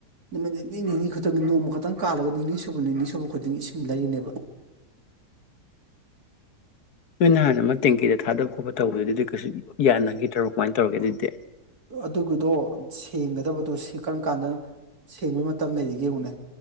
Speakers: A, on the right; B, on the left.
A: ꯅꯨꯃꯤꯠ ꯅꯤꯅꯤ ꯅꯤꯅꯤ ꯈꯛꯇꯪꯒꯤ ꯅꯣꯡꯃ ꯈꯛꯇꯪ ꯀꯥꯜꯂꯒ ꯅꯤꯅꯤ ꯁꯨꯕ ꯅꯤꯅꯤ ꯁꯨꯕ ꯈꯨꯗꯤꯡꯒꯤ ꯏꯁꯤꯡ ꯂꯩꯔꯤꯅꯦꯕ
B: ꯅꯣꯏ ꯅ ꯍꯥꯟꯅ ꯑꯃ ꯇꯦꯡꯀꯤꯗ ꯊꯥꯗꯕ ꯈꯣꯠꯄ ꯇꯧꯕꯗꯨꯗꯤ ꯑꯗꯨ ꯀꯩꯁꯨ ꯌꯥꯅꯈꯤꯗ꯭ꯔꯣ ꯀꯃꯥꯏꯅ ꯇꯧꯔꯒꯦ ꯑꯗꯨꯗꯤ
A: ꯑꯗꯨꯒꯤꯗꯣ ꯁꯦꯡꯒꯗꯕꯗꯣ ꯀꯔꯝ ꯀꯥꯟꯗꯅ ꯁꯦꯡꯕꯒꯤꯩ ꯃꯇꯝ ꯂꯩꯔꯤꯒꯦꯕꯨꯅꯦ